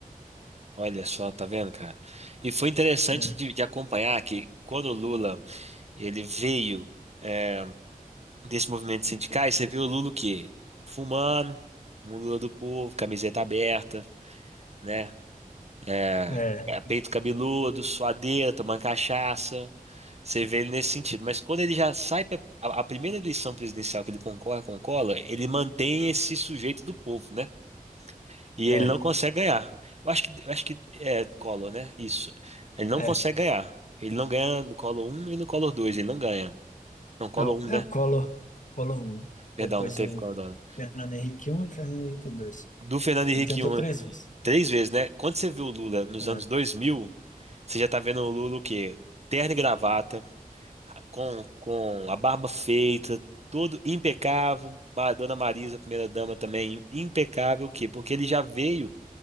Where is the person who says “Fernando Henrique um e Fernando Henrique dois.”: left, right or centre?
Left